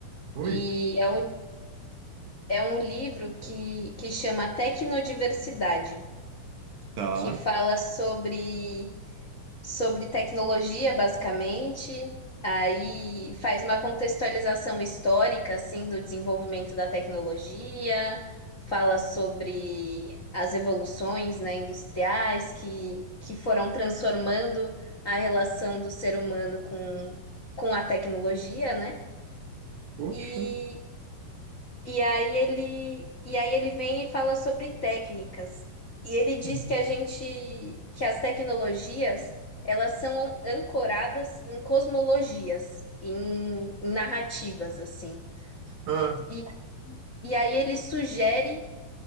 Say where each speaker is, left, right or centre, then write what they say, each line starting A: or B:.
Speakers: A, on the right (about 65°); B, on the left (about 50°).
A: Oi?
B: E é um É um livro que, que chama Tecnodiversidade,
A: Tá.
B: que fala sobre, sobre tecnologia, basicamente. Aí faz uma contextualização histórica, assim, do desenvolvimento da tecnologia, fala sobre as evoluções, né, industriais que, que foram transformando a relação do ser humano com, com a tecnologia, né?
A: Poxa.
B: E E aí ele, e aí ele vem e fala sobre técnicas. E ele diz
A: uhum,
B: que a gente, que as tecnologias, elas são ancoradas em cosmologias, em, em narrativas, assim.
A: Ah,
B: E, e aí ele sugere